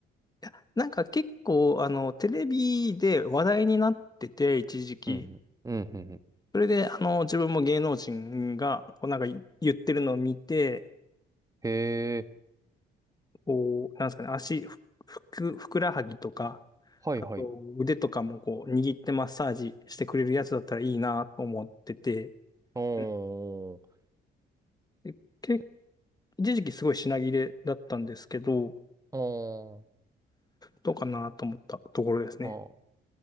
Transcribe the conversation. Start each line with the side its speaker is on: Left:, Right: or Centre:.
Left: やなんか結構、あの、テレビで話題になってて、一時期。
Right: うん、うん、うん、うん。
Left: それで、あの、自分も芸能人が、こうなんか言ってるのを見て、
Right: へえ、
Left: こう、なんですかね、足、ふ、ふく、ふくらはぎとか、
Right: はい、
Left: あと腕とかもこう、
Right: はい。
Left: 握ってマッサージしてくれるやつだったらいいなと思ってて、
Right: おー、
Left: うんでけ
Right: じ
Left: 一時期すごい品切れだったんですけど、
Right: ゃ、おー、
Left: どうかなと思ったところですね。
Right: あ